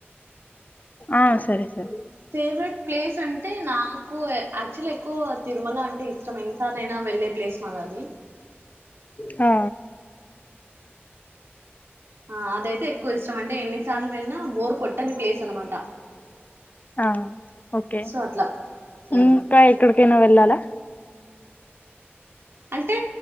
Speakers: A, on the left; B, on the right.
A: ఆ సరే సరే
B: ఫెవరెట్ ప్లే స్ అంటే నాకు యాక్చువల్ ఎక్కువ తిరుమల అంటే ఇష్టం ఎన్నిసార్ లైనా వెళ్ళే ప్లేస్ మాది అది
A: ఆ
B: ఆ అదైతే ఎక్కువ ఇష్టం అంటే ఎన్నిసార్లు వెళ్ళిన బోర్ కొట్టని ప్లేస్ అనమాట
A: ఆ ఓకే
B: సో అట్లా ఉమ్
A: ఇంకా ఎక్కడికైనా వెళ్ళాలా
B: అంటే